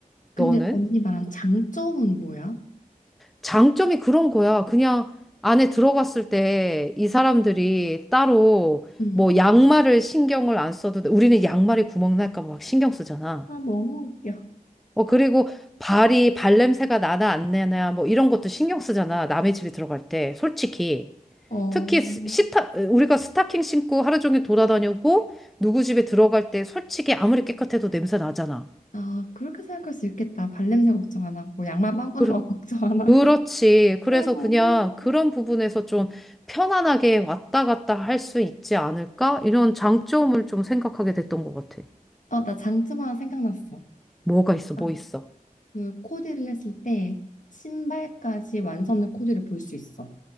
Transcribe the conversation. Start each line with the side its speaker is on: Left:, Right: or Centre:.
Left: 근데
Centre: 너는?
Left: 언니 말한 장점은 뭐야?
Centre: 장점이 그런 거야. 그냥 안에 들어갔을 때 이 사람들이 따로
Left: 음.
Centre: 뭐 양말을 신경을 안 써도 돼. 우리는 양말에 구멍 날까 봐 막 신경 쓰잖아.
Left: 아, 너무 웃겨.
Centre: 어, 그리고 발이 발냄새가 나나 안 나나 뭐 이런 것도 신경 쓰잖아. 남의 집에 들어갈 때. 솔직히.
Left: 어, 어.
Centre: 특히 스- 시타, 우리가 스타킹 신고 하루 종일 돌아다니고 누구 집에 들어갈 때 솔직히 아무리 깨끗해도 냄새 나잖아.
Left: 아, 그렇게 생각할 수 있겠다. 발냄새 걱정 안 하고, 양말 빵꾸난
Centre: 그,
Left: 거 <laughs> 걱정 안 하고.
Centre: 그렇지. 그래서
Left: 아, 너무
Centre: 그냥 그런
Left: 웃겨.
Centre: 부분에서 좀 편안하게 왔다 갔다 할 수 있지 않을까? 이런 장점을 좀 생각하게 됐던 것 같아.
Left: 어, 나 장점 하나 생각났어.
Centre: 뭐가 있어? 뭐
Left: 어.
Centre: 있어?
Left: 그 코디를 했을 때 신발까지 완성된 코디를 볼 수 있어.